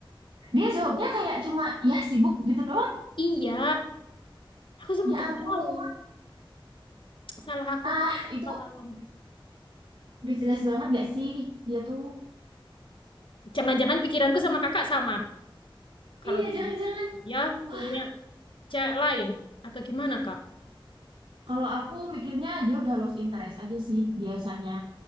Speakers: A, on the right; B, on the left.
A: Dia jawabnya kayak cuma ya sibuk gitu doang.
B: iya, aku sama
A: Ya
B: nggak
A: ampun.
B: tahu. Salah aku
A: Ah,
B: itu
A: itu
B: apa.
A: udah jelas banget gak sih dia tuh?
B: Jangan-jangan pikiranku sama kakak sama. Kalau
A: Iya, jangan-jangan.
B: dia
A: Wah.
B: punya cewek lain. Atau gimana, Kak?
A: Kalau aku mikirnya dia udah lost interest aja sih biasanya.